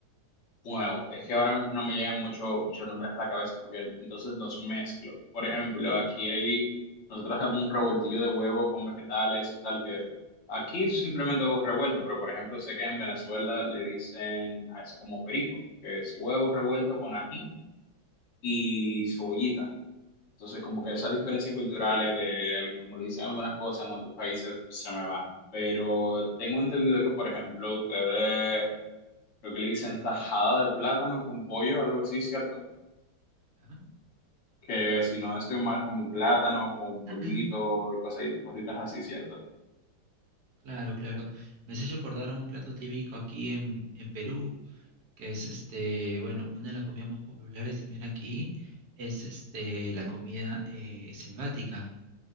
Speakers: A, on the left; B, on the right.
A: Wow, es que ahora mismo no me llegan mucho, muchos nombres a la cabeza porque entonces los mezclo. Por ejemplo, aquí hay, nosotros hacemos un revoltillo de huevo con vegetales y tal, que aquí es simplemente huevo revuelto, pero por ejemplo sé que en Venezuela le dicen a eso como perico, que es huevo revuelto con ají y cebollita. Entonces como que esas diferencias culturales de al- como le dicen algunas cosas en otros países se me va. Pero tengo entendido que por ejemplo ustedes creo que le dicen tajada de plátano con pollo, algo así, ¿cierto?
B: ¿ya?
A: Que si no estoy mal es como plátano con pollito
B: <clears throat>
A: y cosas, y cositas así, ¿cierto?
B: Claro, claro. Me has hecho acordar a un plato típico aquí en, en Perú, que es este, bueno, una de las comidas más populares también aquí es este la comida eh, selvática.